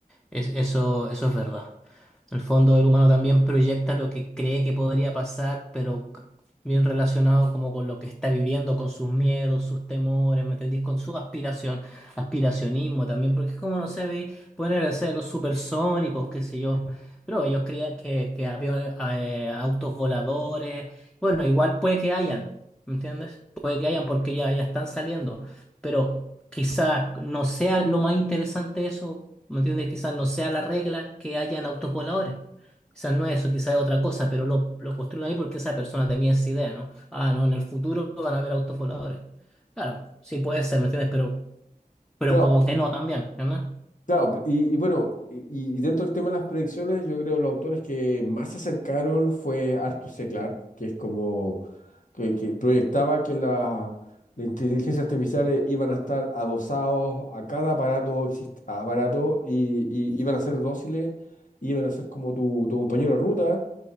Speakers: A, in the centre; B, on the left (about 55°).
A: Es, eso, eso es verdad. En el fondo, el humano también proyecta lo que cree que podría pasar, pero c- bien relacionado como con lo que está viviendo, con sus miedos, sus temores, ¿me entendís? Con su aspiración, aspiracionismo también, porque es como, no sé, ve- pueden ser los supersónicos, qué sé yo, pero ellos creían que, que había eh, autos voladores, bueno, igual puede que hayan, ¿me entiendes? Puede que hayan porque ya, ya están saliendo, pero quizás no sea lo más interesante eso, ¿me entiendes? Quizás no sea la regla que hayan autos voladores. Quizás no es eso, quizás es otra cosa, pero lo, lo construyen ahí porque esa persona tenía esa idea, ¿no? Ah, no, en el futuro van a haber autos voladores. Claro, sí puede ser, ¿me entiendes? Pero, pero
B: Claro,
A: como que no también, ¿verdad?
B: claro, y, y bueno, y, y dentro del tema de las predicciones, yo creo los autores que más se acercaron fue Arthur C. Clarke, que es como que, que proyectaba que la, la inteligencia artificial eh, iban a estar adosados a cada aparato, exist- aparato y, y iban a ser dóciles, y iban a ser como tu, tu compañero de ruta